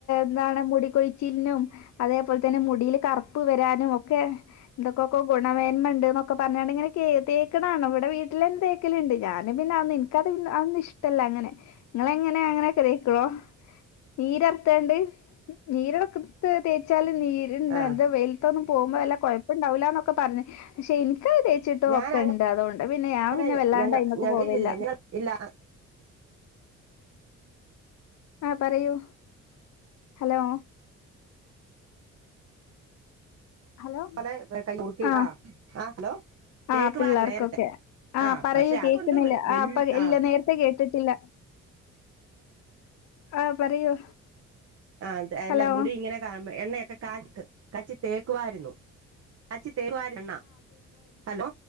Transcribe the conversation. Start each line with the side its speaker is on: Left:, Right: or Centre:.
Left: എന്താണ് മുടികൊഴിച്ചിലിനും അതേപോലെ തന്നെ മുടീല് കറുപ്പ് വരാനും ഒക്കെ എന്തൊകൊക്കൊ ഗുണമേന്മ ഇണ്ട് ന്നൊക്കെ പറഞ്ഞാണ്ട് ഇങ്ങനെ തേക്ക്ണാണ ഇവിടെ വീട്ടില് എന്ത തേക്കല്ണ്ട് ഞാനും പിന്നെ അ എനിക്കത് അതന്നും ഇഷ്ടമല്ല അങ്ങനെ നിങ്ങള ങ്ങനെ അങ്ങനെയൊക്കെ തേക്കോ നീരർത്താണ്ട് നീരറക്കത്ത് തേച്ചാൽ നീര്ന്ത
Right: ആ
Left: എന്താ വെയിലത്തൊന്നും പോകുമ്പോ വല്ല്യ കൊഴപ്പം ഉണ്ടാവുല്ലാന്നൊക്കെ പറഞ്ഞ് പക്ഷെ എനിക്ക് ക്ക് തേച്ചിട്ടും
Right: ഞാൻ
Left: ഒക്കെ ഇണ്ട് അതുകൊണ്ട് പിന്നെ ഞാൻ
Right: അങ്ങനെ
Left: പിന്നെ വെല്ലാണ്ട്യ്മക്ക്
Right: ഞങ്ങ ഞ
Left: പോവേല്ല
Right: ഇല്ലില്ല ഞങ്ങൾ ഇല്ല
Left: ആഹ് പറയൂ ഹലോ ഹലോ
Right: പോലെ കൈ മുറുക്കി
Left: ആ
Right: ആ ഹലോ തേക്കുവാരുന്നു
Left: ആ പിള്ളേർക്കൊക്കെ
Right: നേരത്തെ
Left: ആ പറയൂ
Right: പക്ഷെ
Left: കേക്ക്ണില്ല
Right: അതുകൊണ്ട് വല്
Left: അപ്പ ഇല്ല
Right: ആ
Left: നേരത്തെ കേട്ടിട്ടില്ല ആ പറയൂ
Right: ആ
Left: ഹലോ
Right: അല്ല മുടി ഇങ്ങനെ കാണുമ്പോ എണ്ണ കാൽക്ക് കച്ചി തേക്കുവായിരുന്നു <unintelligible> ഹലോ